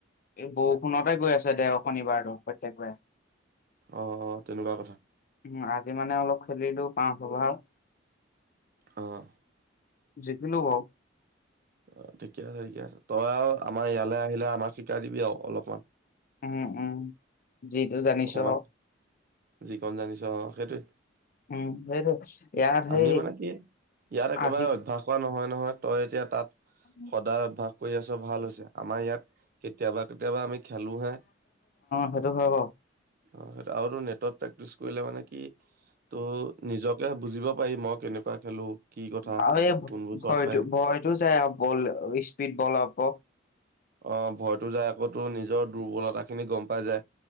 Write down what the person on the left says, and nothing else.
এই বৰষুণতে গৈ আছে দে শনিবাৰতো প্ৰত্যেকবাৰ
উ আজি মানে অলপ খেলিলো পাঁচ অভাৰ
যিকিনো বও
উম উম যিটো জানিছো
আৰু
উম সেইটো ইয়াৰ সেই
আজি
<inaudible> অ
সেইটো হয় ব
আৰু এই
ভয়তো
ভয়টো যাই আৰু বল স্পীড বলপক